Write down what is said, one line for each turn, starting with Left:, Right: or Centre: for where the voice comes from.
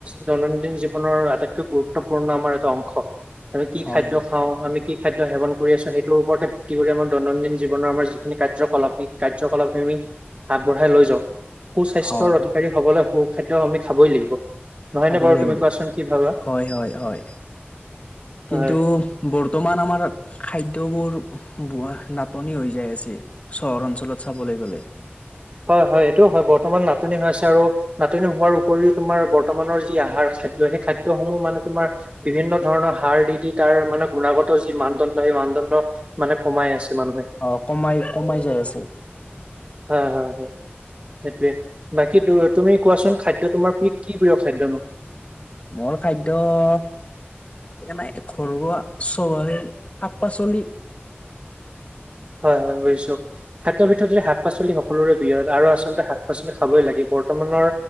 Right: দৈনন্দিন জীৱনৰ আটাইতকৈ গুৰুত্বপূৰ্ণ আমাৰ এটা অংশ আমি কি
Left: হয়
Right: খাদ্য
Left: হয়
Right: খাওঁ আমি কি খাদ্য সেৱন কৰি আছো সেইটোৰ ওপৰতে কৰি আমাৰ দৈনন্দিন জীৱনৰ আমাৰ যিখিনি কাৰ্যকলাপ সেই কাৰ্যকলাপ আমি আগবঢ়াই লৈ <unintelligible> য সু স্বাস্থ্যৰ
Left: হয়
Right: অধিকাৰী হবলৈ সু খাদ্য আমি খাবই লাগিব নহয়নে
Left: খাবই
Right: বাৰু
Left: লাগিব
Right: তুমি কোৱাচোন কি ভাবা
Left: হয় হয় হয়
Right: হয়
Left: কিন্তু বৰ্তমান আমাৰ খাদ্যবোৰ বোৱা নাটনি হৈ যাই আছে চহৰ অঞ্চলত চাবলৈ গ'লে
Right: হয় হয় এইটো হয় বৰ্তমান নাটনি হৈ আছে আৰু নাটনি হোৱাৰ উপৰিও তোমাৰ বৰ্তমানৰ যি আহাৰ খাদ্য সেই খাদ্যয় সমূহ মানে তোমাৰ বিভিন্ন ধৰণৰ সাৰ দি দি তাৰ মানে গুণাগত যি মানদণ্ড সেই মানদণ্ড মানে কমাই আছে মানুহে
Left: অ কমাই কমাই যাই আছে
Right: হয় হয় সেইটোৱে বাকী তুমি কোৱাচোন খাদ্য তোমাৰ কি প্ৰিয় খাদ্য নো
Left: মোৰ খাদ্য সেইকাৰণে ঘৰুৱা চ শাক পাচলি
Right: হয় হয় বুজিছো খাদ্য ভিতৰত শাক পাচলি সকলোৰে প্ৰিয় আৰু আচলতে শাক পাচলি খাবই লাগে বৰ্তমানৰ